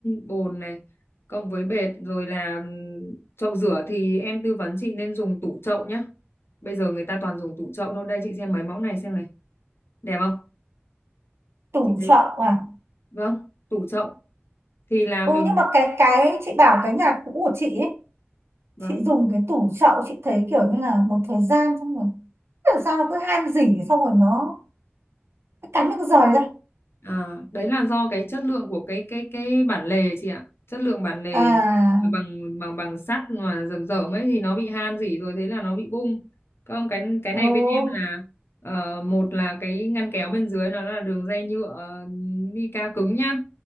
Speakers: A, on the left; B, on the right.
A: bồn này cộng với bệt rồi là ừm, chậu rửa thì em tư vấn chị nên dùng tủ chậu nhá. Bây giờ người ta toàn dùng tủ chậu thôi. Đây chị xem mấy mẫu này xem này. Đẹp không?
B: Tủ
A: Chị thấy.
B: chậu à?
A: Vâng, tủ chậu thì là
B: Ừ
A: mình
B: nhưng mà cái cái chị bảo cái nhà cũ của chị ấy,
A: vâng
B: chị dùng cái tủ chậu chị thấy kiểu như là một thời gian xong rồi làm sao nó cứ han rỉ xong rồi nó cái cánh nó cứ rời ra.
A: À, đấy là do cái chất lượng của cái cái cái bản lề chị ạ. Chất lượng bản lề
B: À
A: bằng bằng bằng sắt mà rầm rởm ấy thì nó bị han rỉ rồi thế là nó bị bung. Không cái cái này
B: ừ
A: bên em là ờ, một là cái ngăn kéo bên dưới nó là đường ray nhựa uh, mica cứng nhá.